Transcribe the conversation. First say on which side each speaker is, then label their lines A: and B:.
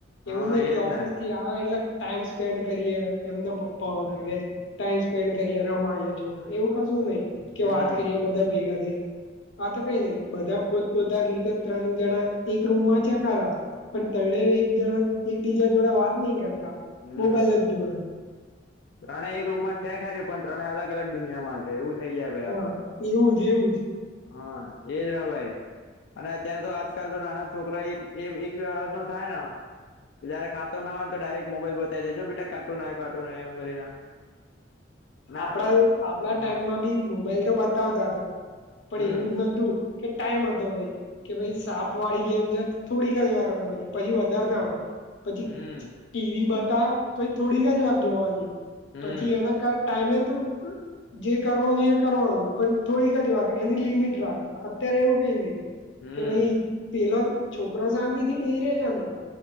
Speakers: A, on the left; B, on the left.
A: હા
B: એવું નહિ કે
A: એજ
B: ઓફિસ
A: ને
B: થી આવે એટલે ટાઈમ. સ્પેન્ડ કરીએ એમના પપ્પાઓને કે ટાઈમ સ્પેન્ડ કરીે રમાડીએ છોકરા એવું ક શું નહી. કે
A: હમ
B: વાત કરીએ બધા ભેગા થઈને. આ તો કઈ નહી બધા પોતપોતાની રીતે ત્રણ જણા એક રૂમમાં છે ખરા. પણ તણે એક જણા એક બીજા જોડે વાત નહી કરતા
A: હમ
B: મોબાઈલ જ જોડે.
A: ત્રણેય એ રૂમમાં છે ખરી પણ ત્રણે અલગ અલગ દુનિયામાં છે એવું. થઈ જાય ભાઈ
B: હા
A: આ તો
B: એવું જ એવું જ.
A: હા એજ હ ભાઈ અને અત્યારે તો આજકાલ તો નાના છોકરા એક બે વરષ ન થાય. જયારે ખાતો ના હોય તો. મોબાઈલ બતાવી દેજો બેટા કારટુન કારટુન આવ્યો એમ કરીને. અને હા
B: આપણા આપણા ટાઈમમાં બી મોબાઈલ તો બતાવતા હતા પણ
A: હમ
B: એવું જ નતું. કે ટાઈમ હતો ભાઈ. કે ભાઈ સાપ વાળી ગેમ છે થોડીક જ વાર રમવા ની પછી વધારે ના હોય. પછી
A: હમ
B: છી ટીવી બતા તો એ થોડીક જ વાર જોવાની
A: હમ
B: પછી એના કાર. ટાઈમ એ તો. જે કરવાનું એ કરવાનું પણ થોડીક જ વાર એની લિમિટ રાખતા અત્યારે એવું કઈ નહી.
A: હમ
B: કે ભાઈ પેલો છોકરો શાંતિ થી બેરે નામા